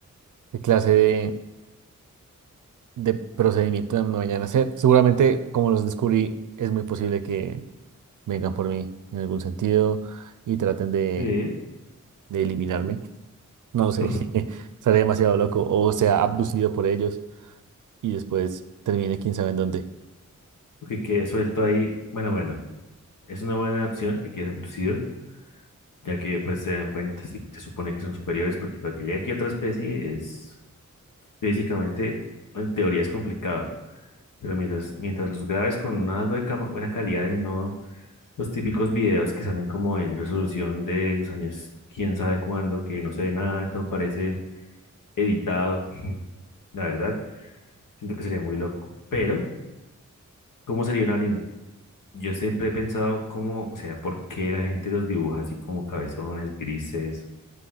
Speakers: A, on the right (about 75°); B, on the left (about 85°).
A: qué clase de, de procedimiento me vayan a hacer. Seguramente, como los descubrí, es muy posible que vengan por mí en algún sentido y traten de
B: sí.
A: de eliminarme. No
B: <laughs>
A: sé, <laughs> estaré demasiado loco o sea abducido por ellos y después termine quién sabe en dónde.
B: Porque quede suelto ahí. Bueno, bueno, es una buena opción que quede abducido, ya que pues se dan cuenta si se supone que son superiores, porque para que llegue aquí otra especie es físicamente, en teoría es complicado. Pero mientras, mientras los grabes con algo de cama- buena calidad y no Los típicos videos que salen como en resolución de los años, quién sabe cuándo, que no se ve nada, todo parece editado. La verdad, siento que sería muy loco. Pero, ¿cómo sería un alien? Yo siempre he pensado cómo, o sea, por qué la gente los dibuja así como cabezones, grises,